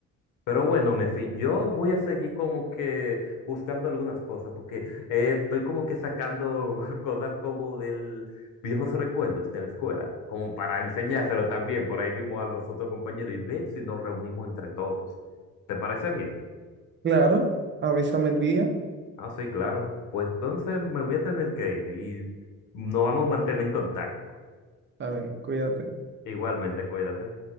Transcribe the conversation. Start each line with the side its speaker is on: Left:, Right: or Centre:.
Left: Pero bueno, Mefi, yo voy a seguir como que buscando algunas cosas, porque eh, estoy como que sacando <laughs> cosas como del viejos recuerdos de la escuela, como para enseñárselo también por ahí mismo a los otros compañeros y ver si nos reunimos entre todos. ¿Te parece bien?
Right: Claro, avísame el día.
Left: Ah, sí, claro. Pues entonces me voy a tener que ir y nos vamos a mantener en contacto.
Right: A ver, cuídate.
Left: Igualmente, cuídate.